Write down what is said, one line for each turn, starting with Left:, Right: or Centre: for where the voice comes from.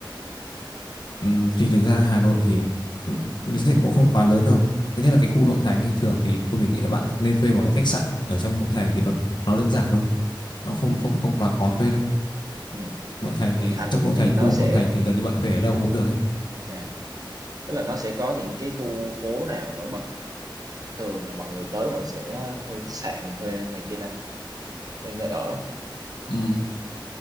Left: Ừm, thì thực ra Hà Nội thì ừm, diện tích nó cũng không quá lớn đâu. Thứ nhất là cái khu nội thành ấy, thường thì tôi mình nghĩ là bạn nên thuê một cái khách sạn ở trong nội thành thì nó nó đơn giản thôi, nó không
Right: Ừ.
Left: không không quá khó thuê đâu.
Right: Ừ.
Left: Nội thành
Right: Nội
Left: thì
Right: thành
Left: trong nội
Right: thì
Left: thành
Right: nó
Left: khu
Right: sẽ
Left: nội thành thì gần như bạn thuê ở đâu cũng được ấy.
Right: à, tức là nó sẽ có những cái khu phố nào nổi bật thường là mọi người tới mọi người sẽ ờ, thuê khách sạn thuê này kia ta thuê nơi ở
Left: Ừm,